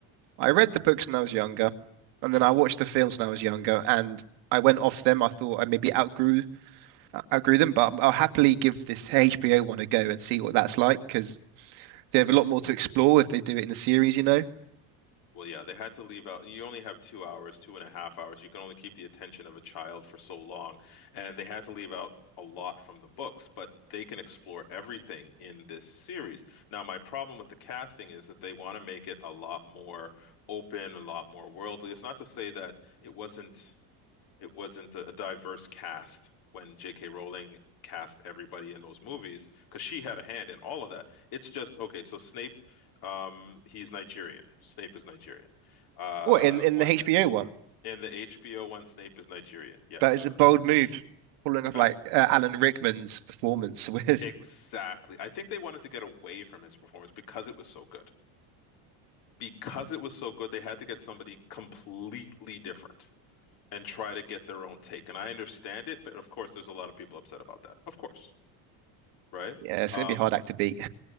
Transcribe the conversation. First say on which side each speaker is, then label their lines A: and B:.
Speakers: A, on the right; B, on the left.
A: I read the books when I was younger, and
B: hmm
A: then I watched the films when I was younger, and I went off them. I thought I maybe outgrew outgrew them, but I'll happily give this HBO one a go and see what that's like because they have a lot more to explore if they do it in a series, you know,
B: Well, yeah, they had to leave out. You only have two hours, two and a half hours. You can only keep the attention of a child for so long, and they had to leave out a lot from the books. But they can explore everything in this series. Now, my problem with the casting is that they want to make it a lot more open, a lot more worldly. It's not to say that it wasn't it wasn't a, a diverse cast when J.K. Rowling cast everybody in those movies because she had a hand in all of that. It's just okay. So Snape, um, he's Nigerian. Snape is Nigerian. Uh,
A: or in in
B: what
A: the HBO one.
B: in the HBO one? Snape is Nigerian. Yes,
A: That
B: sir.
A: is a bold move, following up
B: Uh,
A: like uh, Alan Rickman's performance with.
B: exactly.
A: <laughs>
B: I think they wanted to get away from his performance because it was so good. Because it was so good, they had to get somebody completely different and try to get their own take. And I understand it, but of course, there's a lot of people upset about that. Of course. right?
A: Yeah, it's
B: Um,
A: gonna be a hard act to beat.